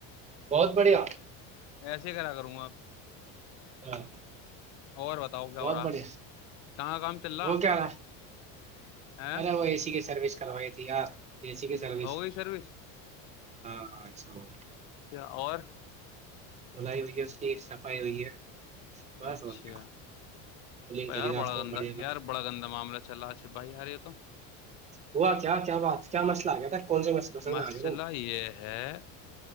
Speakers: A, on the right; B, on the left.
A: بہت بڑھیا
B: ایسے ہی کرا کروں آپ
A: ہاں
B: اور بتاؤ کیا
A: بہت
B: ہو رہا
A: بڑھیا
B: کہاں کام چل
A: وہ کیا رہا
B: ہے
A: ارے وہ اے سی کی سروس کروائی تھی ج سی کے سروس
B: ہو گئی سروس
A: ہاں ایسا ہو
B: اچ کیا اور
A: دلائی ہوئی ہے اس کی صفائی ہوئی ہے بس
B: اچھا
A: اور کیا کولنگ کری
B: یار
A: رہا
B: بڑا
A: تھا وہ
B: گندا
A: بڑھیا کر
B: یار
A: کے۔
B: بڑا گندا معاملہ چل رہا سے بھائی یار یہ تو
A: ہوا کیا کیا بات کیا مسئلہ آ گیا تھا کون سے مسئلہ مسئلے
B: مسئلہ
A: میں آ گئے تم
B: یہ ہے